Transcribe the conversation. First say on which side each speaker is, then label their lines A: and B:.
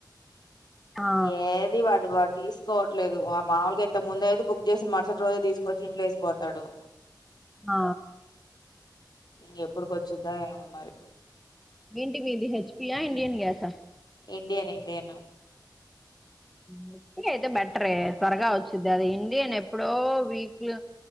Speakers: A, in the centre; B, on the left.
A: ఆ
B: ఏది వాడ్ది వాడు తీసుకోవట్లేదు వ మాముూల్గా ఇంత ముందు అయితే బుక్ చేసిన మరుసటి రోజే తీసుకొచ్చి ఇంట్లో వేసిపోతాడు
A: ఆ
B: ఇంకెప్పుడుకొచ్చిద్దో ఏమో మరి
A: ఏంటి మీది హెచ్పియా ఇండియన్ గ్యాసా
B: ఇండియన్ ఇండియను
A: హెచ్పి అయితే బెట్రే త్వరగా వచ్చిద్ధి అది ఇండియన్ ఎప్పుడో వీక్ లో